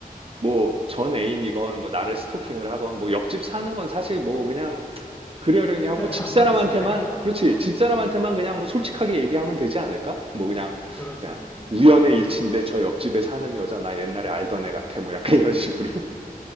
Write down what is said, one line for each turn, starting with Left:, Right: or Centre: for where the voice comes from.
Right: 뭐 전 애인이건 뭐 나를 스토킹을 하건 뭐 옆집 사는 건 사실 뭐 그냥 그러려니 하고
Left: 그래,
Right: 집사람한테만
Left: 안 마주치면 되니까.
Right: 그렇지.
Left: 어,
Right: 집사람한테만 그냥 뭐 솔직하게 얘기하면 되지 않을까? 뭐 그냥
Left: 그렇지,
Right: 야,
Left: 그렇지.
Right: 우연의 일치인데 저 옆집에 사는 여자 나 옛날에 알던 애 같아. 뭐 약간 이런 식으로. <laughs>